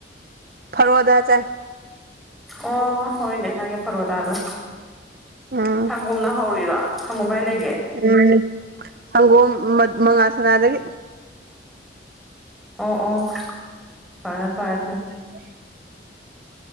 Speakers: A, on the right; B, in the centre.
A: ꯐꯔꯣꯗ ꯆꯥꯏ
B: ꯑꯣ ꯍꯣꯏꯅꯦ ꯅꯪꯒꯤ ꯐꯔꯣꯗꯥꯗꯣ
A: ꯎꯝ
B: ꯁꯪꯒꯣꯝꯅ ꯍꯧꯔꯤꯔꯣ ꯁꯪꯒꯣꯝ ꯀꯥꯏ ꯂꯩꯒꯦ
A: ꯎꯝ ꯁꯪꯒꯣꯝ ꯃꯉꯥꯜ ꯁꯅꯥꯗꯒꯤ
B: ꯑꯣ ꯑꯣ ꯐꯔꯦ ꯐꯔꯦ ꯑꯗꯨ
A: <unintelligible>